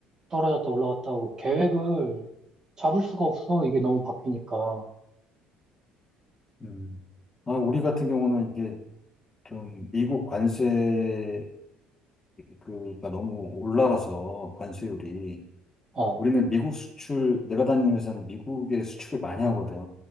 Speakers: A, on the right; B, on the left.
A: 떨어졌다 올라갔다 하고 계획을 잡을 수가 없어. 이게 너무 바뀌니까. 어,
B: 음. 아, 우리 같은 경우는 이게 좀 미국 관세에, 그가 너무 올라가서, 관세율이.
A: 어,
B: 우리는 미국 수출, 내가 다니는 회사는 미국의 수출을 많이 하거든.